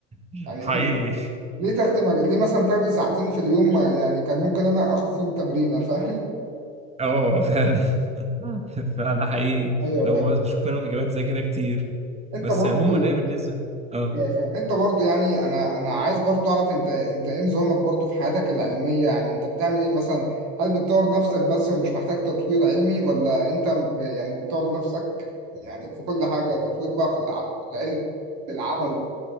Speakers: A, on the right; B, on the right.
A: <laughs>
B: يعني
A: حقيقي
B: <laughs> ليه تاخدي مجال ليه مثلا تاخدي ساعتين في اليوم ما- يعني كان ممكن انا اخد فيهم تمرينه فاهم
A: اه فعلا <laughs> فعلا ده حقيقي
B: <laughs> ايوه
A: لو
B: فاهم
A: بس بشوف منهم اجابات زي كده كتير
B: انت
A: بس
B: برضو
A: عموما انا بالنسبه اه
B: ايوه فاهم انت برضو يعني انا انا عايز برضو اعرف انت انت ايه نظامك برضو في حياتك العلميه يعني انت بتعمل ايه مثلا هل بتطور نفسك بس ومش محتاج تطوير علمي ولا انت ب- يعني بتطور نفسك يعني في كل حاجه تطوير بقى في الع- في العلم في العمل